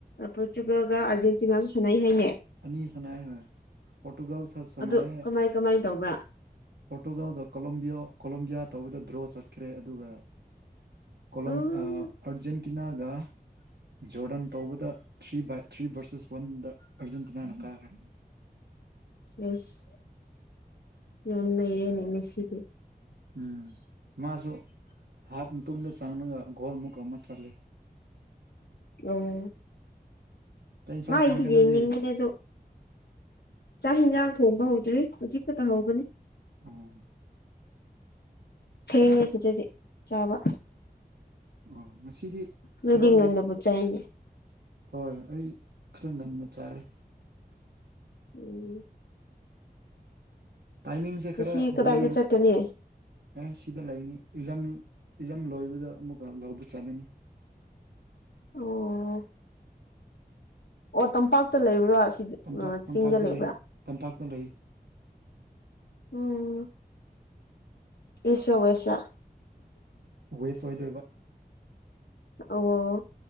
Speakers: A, on the left; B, on the right.
A: ꯄꯣꯔꯇꯨꯒꯜꯒ ꯑꯥꯔꯖꯦꯟꯇꯤꯅꯥꯅ ꯁꯥꯟꯅꯩ ꯍꯥꯏꯅꯦ
B: ꯑꯅꯤ ꯁꯅꯥ ꯍꯥꯏ ꯄꯣꯔꯇꯨꯒꯜ ꯁ ꯁꯅꯥꯏꯌꯦ
A: ꯑꯗꯣ ꯀꯃꯥꯏ ꯀꯃꯥꯏ ꯇꯧꯕ꯭ꯔꯥ
B: ꯄꯣꯔꯇꯨꯒꯥꯜꯒ ꯀꯂꯝꯕꯤꯌꯣ ꯀꯂꯝꯕꯤꯌꯥ ꯇꯧꯕꯗ ꯗ꯭ꯔꯣ ꯆꯠꯈ꯭ꯔꯦ ꯑꯗꯨꯒꯣ ꯀꯣꯂꯝ
A: ꯎꯝ
B: ꯑ ꯑꯔꯖꯦꯟ ꯇꯤꯅꯥꯒ ꯖꯣꯔꯗꯟ ꯇꯧꯕꯗ ꯊ꯭ꯔꯤ ꯕꯥꯏ ꯊ꯭ꯔꯤ ꯚꯔꯁꯦꯁ ꯋꯥꯟꯗ ꯑꯔꯖꯦꯟꯇꯤꯅꯥꯅ ꯀꯥꯒ꯭ꯔꯦ
A: ꯑꯦꯁ ꯌꯥꯝ ꯅꯩꯔꯦꯅꯦ ꯃꯦꯁꯤꯗꯤ
B: ꯎꯝ ꯃꯥꯁꯨ ꯍꯥꯞ ꯃꯇꯨꯡꯗ ꯆꯪꯔꯒ ꯒꯣꯜꯃꯨꯛ ꯑꯃ ꯆꯜꯂꯦ
A: ꯑꯣ
B: ꯀꯩ ꯏꯟꯁꯥꯡ
A: ꯃꯥ
B: ꯊꯣꯡꯒꯦ
A: ꯏꯗꯤ ꯌꯦꯅꯤꯡꯕꯅꯦ
B: ꯅꯣꯏꯗꯤ
A: ꯑꯗꯣ ꯆꯥꯛ ꯏꯟꯁꯥꯡ ꯊꯣꯡꯕ ꯍꯧꯗ꯭ꯔꯤ ꯍꯧꯖꯤꯛ ꯈꯛꯇ ꯍꯧꯕꯅꯤ
B: ꯑꯣ
A: ꯊꯦꯡꯉꯦ ꯁꯤꯗꯗꯤ ꯆꯥꯕ
B: ꯑꯣ ꯉꯁꯤꯗꯤ
A: ꯅꯣꯏꯗꯤ
B: ꯊꯕꯛ
A: ꯉꯟꯅꯕꯨ
B: ꯂꯩ
A: ꯆꯥꯏꯅꯦ
B: ꯍꯣꯏ ꯑꯩ ꯈꯔ ꯉꯟꯅ ꯆꯥꯔꯦ
A: ꯎꯝ
B: ꯇꯥꯏꯃꯤꯡꯁꯦ
A: ꯉꯁꯤ
B: ꯈꯔ
A: ꯀꯗꯥꯏꯗ
B: ꯕꯣꯜ ꯌꯦꯡ
A: ꯆꯠꯀꯅꯤ
B: ꯑꯦ ꯁꯤꯗ ꯂꯩꯅꯤ ꯑꯦꯛꯖꯥꯝ ꯑꯦꯛꯖꯥꯝ ꯂꯣꯏꯕꯗ ꯑꯃꯨꯛꯀ ꯂꯧꯕ ꯆꯥꯂꯅꯤ
A: ꯑꯣ ꯑꯣ ꯇꯝꯄꯥꯛꯇ ꯂꯩꯕ꯭ꯔꯥ ꯁꯤ
B: ꯇꯝꯄꯥꯛ ꯇꯝꯄꯥꯛꯇ
A: ꯆꯤꯡꯗ ꯂꯩꯕ꯭ꯔꯥ
B: ꯂꯩ ꯇꯝꯄꯥꯛꯇ ꯂꯩ
A: ꯎꯝ ꯏꯁ ꯔ ꯋꯦꯁꯂ
B: ꯋꯦꯁ ꯑꯣꯏꯗꯣꯏꯕ
A: ꯑꯣ